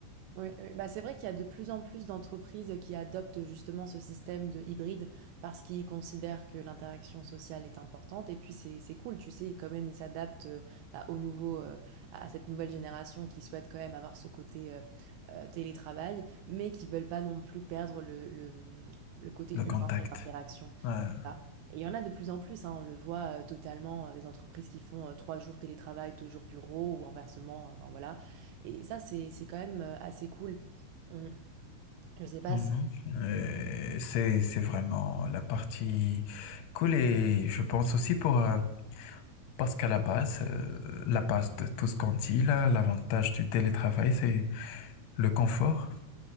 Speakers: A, on the right; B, on the left.
A: Oui, oui. Bah, c'est vrai qu'il y a de plus en plus d'entreprises qui adoptent justement ce système de hybride parce qu'ils considèrent que l'interaction sociale est importante et puis c'est c'est cool, tu sais, quand même ils s'adaptent euh, bah, au nouveau euh, à cette nouvelle génération qui souhaite quand même avoir ce côté euh, euh, télétravail mais qui veulent pas non plus perdre le, le, le côté
B: le
A: humain
B: contact.
A: et l'interaction
B: Ouais.
A: et il y en a de plus en plus, hein, on le voit euh, totalement, euh, des entreprises qui font euh, trois jours télétravail, deux jours bureau ou inversement, euh, enfin voilà. Et ça, c'est c'est quand même euh, assez cool. On- je sais pas
B: Mhm.
A: si...
B: Euh, C'est, c'est vraiment la partie cool et je pense aussi pour, euh, parce qu'à la base, euh, la base de tout ce qu'on dit là, l'avantage du télétravail, c'est le confort.